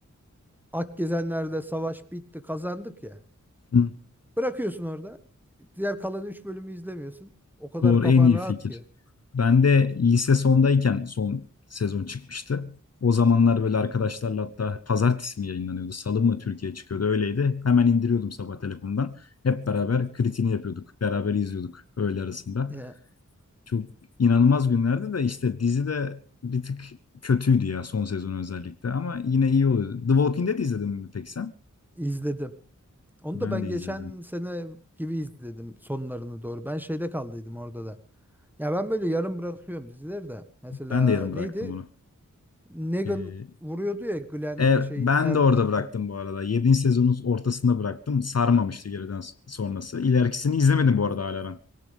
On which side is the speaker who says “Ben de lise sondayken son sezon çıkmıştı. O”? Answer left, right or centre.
Left